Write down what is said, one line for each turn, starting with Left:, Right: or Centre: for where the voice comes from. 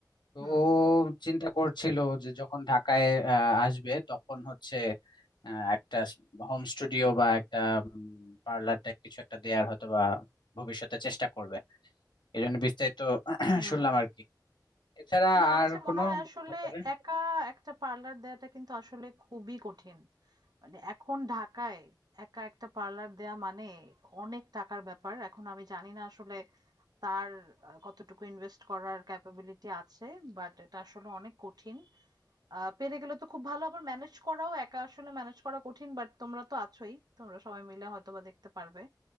Left: তো
Right: হুম
Left: ও চিন্তা করছিল যে যখন ঢাকায় আহ, আসবে তখন হচ্ছে আহ, একটা হোম স্টুডিও বা একটা পার্লার টাইপ কিছু একটা দেয়ার হয়তো বা ভবিষ্যতে চেষ্টা করবে এই জন্য বিস্তারিত <clears throat>
Right: হুম
Left: শুনলাম আর কি এছাড়া
Right: কিন্তু আমার
Left: আর
Right: কাছে
Left: কোনো
Right: মনে হয় আসলে
Left: ব্যাপারে
Right: একা একটা পার্লার দেওয়াটা কিন্তু আসলে খুবই কঠিন মানে এখন ঢাকায় একা একটা পার্লার দেয়া মানে অনেক টাকার ব্যাপার এখন আমি জানি না আসলে তার আহ, কতটুকু ইনভেস্ট করার ক্যাপাবিলিটি আছে বাট এটা আসলে অনেক কঠিন আহ, পেরে গেলে তো খুব ভালো আবার ম্যানেজ করাও একা আসলে ম্যানেজ করা কঠিন বাট তোমরা তো আছোই তোমরা সবাই মিলে হয়তো বা দেখতে পারবে